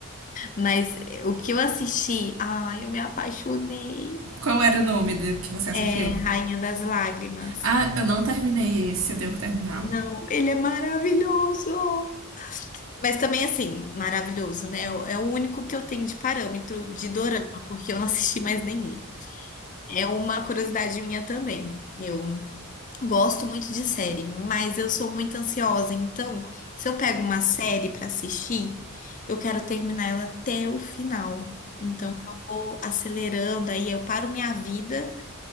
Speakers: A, on the left; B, on the right.
A: Mas eh, o que eu assisti, ai, eu me apaixonei.
B: Qual era o nome de, que você assistiu?
A: É Rainha das Lágrimas.
B: Ah, eu não terminei esse, eu tenho que terminar.
A: Não, ele é maravilhoso. Mas também, assim, maravilhoso, né? É o único que eu tenho de parâmetro de dorama, porque eu não assisti mais nenhum. É uma curiosidade minha também. Eu gosto muito de série, mas eu sou muito ansiosa. Então, se eu pego uma série pra assistir, eu quero terminar ela até o final. Então, eu vou acelerando, aí eu paro minha vida